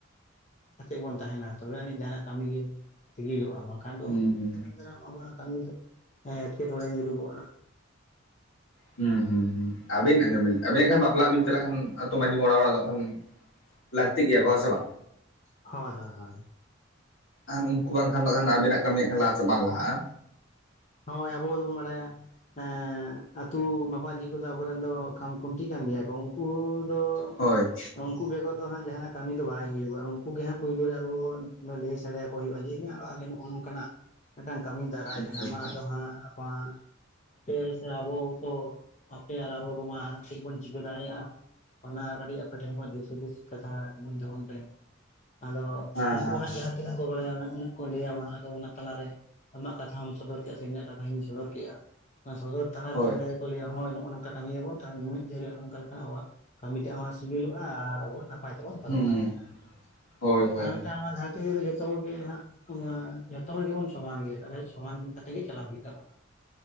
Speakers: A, on the left; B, on the left.
A: <unintelligible> ᱵᱚᱱ ᱛᱟᱦᱮᱱᱟ ᱛᱚᱵᱮ ᱟᱹᱱᱤᱡ ᱡᱟᱦᱟᱱᱟᱜ ᱠᱟᱹᱢᱤ ᱜᱮ ᱥᱤᱜᱤᱞᱚᱜᱼᱟ ᱵᱟᱝᱠᱷᱟᱱ ᱫᱚ
B: ᱦᱩᱸ ᱦᱩᱸ ᱦᱩᱸ
A: ᱥᱩᱛᱚᱨᱟᱝ ᱟᱵᱚᱣᱟᱜ ᱠᱟᱹᱢᱤ ᱫᱚ ᱦᱮᱸ ᱮᱴᱠᱮᱴᱚᱬᱮ ᱧᱩᱨᱩᱜᱚᱜᱼᱟ
B: ᱦᱩᱸ ᱦᱩᱸ ᱦᱩᱸ ᱟᱹᱵᱤᱱ ᱟᱸᱡᱚᱢ ᱵᱤᱱ ᱟᱵᱤᱱ ᱦᱟᱜ ᱠᱷᱟᱱ ᱵᱟᱯᱞᱟᱜ ᱵᱤᱱ ᱪᱟᱞᱟᱜ ᱠᱷᱟᱱ ᱛᱚ ᱢᱟᱺᱡᱷᱤ ᱵᱟᱵᱟ ᱟᱜ ᱚᱲᱟᱜ ᱫᱚ ᱠᱷᱟᱱ ᱞᱟᱹᱠᱛᱤ ᱜᱮᱭᱟ ᱠᱚ ᱦᱮᱸ ᱥᱮ ᱵᱟᱝ
A: ᱦᱳᱭ ᱦᱳᱭ ᱦᱳᱭ
B: ᱟᱨ ᱩᱱᱠᱩ ᱵᱟᱝᱠᱷᱟᱱ ᱫᱚ ᱦᱟᱜ ᱟᱵᱤᱱᱟᱜ ᱠᱟᱹᱢᱤ ᱞᱟᱦᱟᱥᱮᱫ ᱵᱟᱝ ᱞᱟᱦᱟᱜᱼᱟ
A: ᱦᱳᱭ ᱟᱵᱚ ᱫᱚᱵᱚᱱ ᱵᱟᱲᱟᱭᱟ ᱮᱸᱫ ᱟᱛᱳ ᱢᱟᱯᱟᱡᱤ ᱠᱚᱫᱚ ᱟᱵᱚᱨᱮᱱ ᱫᱚ ᱠᱷᱟᱢ ᱠᱷᱩᱱᱴᱤ ᱠᱟᱱ ᱜᱮᱭᱟ ᱠᱚ ᱩᱱᱠᱩ ᱫᱚ
B: ᱦᱳᱭ
A: ᱩᱱᱠᱩ ᱵᱮᱜᱚᱨ ᱫᱚ ᱦᱟᱸᱜ ᱡᱟᱦᱟᱱᱟᱜᱼᱼ ᱠᱟᱹᱢᱤ ᱫᱚ ᱵᱟᱭ ᱦᱩᱭᱩᱜᱼᱟ ᱩᱱᱠᱩ ᱜᱮ ᱦᱟᱸᱜ ᱯᱳᱭᱞᱳ ᱨᱮ ᱟᱵᱚ ᱞᱟᱹᱭ ᱥᱟᱰᱮᱭᱟᱠᱚ ᱦᱩᱭᱩᱜᱼᱟ ᱡᱮ ᱟᱞᱮ ᱱᱚᱜᱼᱚᱭ ᱱᱚᱝ ᱠᱟᱱᱟᱜ ᱢᱤᱫᱴᱟᱝ ᱠᱟᱹᱢᱤ ᱫᱟᱨᱟᱭ
B: ᱟᱪᱪᱷᱟ
A: ᱠᱟᱱᱟ
B: ᱟᱪᱪᱷᱟ
A: ᱢᱟ ᱟᱫᱚ ᱦᱟᱸᱜ ᱟᱯᱟ ᱟᱯᱮ ᱥᱮ ᱟᱵᱚ ᱠᱚ ᱟᱯᱮ ᱟᱨ ᱟᱵᱚ ᱠᱚᱢᱟ ᱪᱮᱫ ᱵᱚᱱ ᱪᱤᱠᱟᱹ ᱫᱟᱲᱮᱭᱟᱜᱼᱟ ᱚᱱᱟ ᱠᱟᱹᱴᱤᱡ ᱟᱯᱮᱴᱷᱮᱱ ᱠᱷᱚᱱ ᱫᱤᱥ ᱦᱩᱫᱤᱥ ᱠᱟᱛᱷᱟ ᱮᱢᱟᱹᱧ ᱛᱟᱵᱚᱱ ᱯᱮ ᱟᱫᱚ ᱩᱱᱠᱩ
B: ᱦᱮᱸ ᱦᱮᱸ
A: ᱦᱟᱸᱜ
B: ᱦᱮᱸ
A: ᱡᱟᱦᱟᱸ ᱛᱤᱱᱟᱹᱜ ᱠᱚ ᱵᱟᱲᱟᱭᱟ ᱩᱱᱟᱹᱜ ᱠᱚ ᱞᱟᱹᱭᱟ ᱵᱚᱱᱟ ᱟᱫᱚ ᱚᱱᱟ ᱛᱟᱞᱟᱨᱮ ᱟᱢᱟᱜ ᱠᱟᱛᱷᱟᱢ ᱥᱚᱫᱚᱨᱼᱼ ᱪᱮᱫᱟᱜ ᱥᱮ ᱤᱧᱟᱹᱜ ᱠᱟᱛᱷᱟᱧ ᱥᱚᱫᱚᱨ ᱠᱮᱫᱼᱟ ᱚᱱᱟ ᱥᱚᱫᱚᱨ ᱛᱟᱞᱟᱛᱮ
B: ᱦᱳᱭ
A: ᱚᱸᱰᱮᱼᱼ ᱠᱚ ᱞᱟᱹᱭᱟ ᱦᱳᱭ ᱱᱚᱜᱼᱚ ᱱᱚᱝᱠᱟ ᱠᱟᱹᱢᱤᱭᱟ ᱵᱚᱱ ᱛᱟᱦᱞᱮ ᱱᱤᱱᱟᱹᱜ ᱫᱤᱱ ᱨᱮ ᱱᱚᱝᱠᱟ ᱞᱮᱠᱟᱱᱟᱜ ᱟᱵᱚᱣᱟᱜ ᱠᱟᱹᱢᱤ ᱴᱟᱜ ᱦᱚᱸ ᱥᱤᱜᱤᱞᱚᱜᱼᱟ ᱟᱨ ᱟᱵᱚ ᱱᱟᱯᱟᱭ ᱛᱮᱵᱚᱱ ᱯᱟᱨᱚᱢ
B: ᱦᱩᱸ
A: ᱫᱟᱲᱮᱭᱟᱜᱼᱟ
B: ᱦᱳᱭ ᱦᱳᱭ
A: ᱟᱨ ᱢᱤᱫᱴᱟᱝ ᱱᱚᱣᱟ ᱫᱷᱟᱹᱨᱛᱤ ᱨᱮᱼᱼ ᱡᱚᱛᱚ ᱦᱚᱲ ᱜᱮ ᱦᱟᱹᱜ ᱡᱚᱛᱚ ᱦᱚᱲ ᱜᱮᱵᱚᱱ ᱥᱚᱢᱟᱱ ᱜᱮᱭᱟ ᱛᱟᱦᱚᱞᱮ ᱥᱚᱢᱟᱱ ᱠᱟᱛᱮ ᱜᱮ ᱪᱟᱞᱟᱜ ᱦᱩᱭᱩᱜ ᱛᱟᱵᱚᱱᱟ